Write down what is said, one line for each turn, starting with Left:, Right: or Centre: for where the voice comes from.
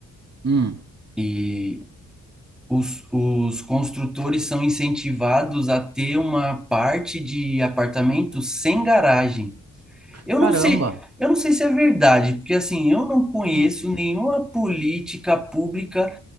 Right: hum.
Centre: e os, os construtores são incentivados a ter uma parte de apartamento sem garagem. Eu
Right: Caramba.
Centre: não sei, eu não sei se é verdade, porque assim, eu não conheço
Right: Hum.
Centre: nenhuma política pública